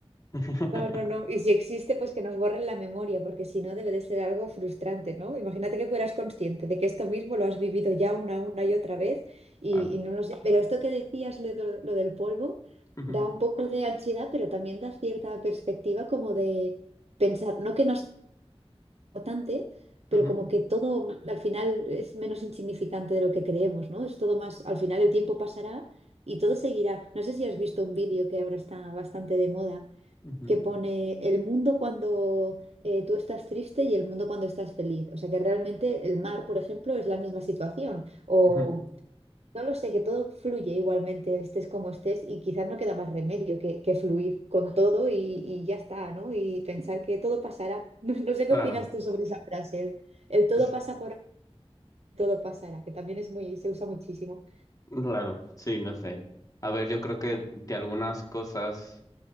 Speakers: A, on the left; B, on the right.
A: <laughs>
B: No, no, no. Y si existe, pues que nos borren la memoria, porque si no debe de ser algo frustrante, ¿no? Imagínate que fueras consciente de que esto mismo lo has vivido ya una, una y otra vez y,
A: Claro.
B: y no lo sé. Pero esto que decías, lo, de- lo del polvo,
A: Ujú,
B: da un poco de ansiedad, pero también da cierta perspectiva como de pensar, no que no es importante, pero
A: ujú,
B: como que todo al final es menos insignificante de lo que creemos, ¿no? Es todo más, al final el tiempo pasará y todo seguirá. No sé si has visto un vídeo que ahora está bastante de moda
A: ujú.
B: que pone el mundo cuando eh, tú estás triste y el mundo cuando estás feliz. O sea que realmente el mar, por ejemplo, es la misma situación. O
A: Ujú,
B: no lo sé, que todo fluye igualmente, estés como estés, y quizás no queda más remedio que, que fluir con todo y, y ya está, ¿no? Y pensar que todo pasará. <laughs> No, no sé
A: Claro,
B: qué opinas tú sobre esa frase, el, el todo
A: es-
B: pasa por todo pasará, que también es muy, se usa muchísimo.
A: claro, sí, no sé. A ver, yo creo que de algunas cosas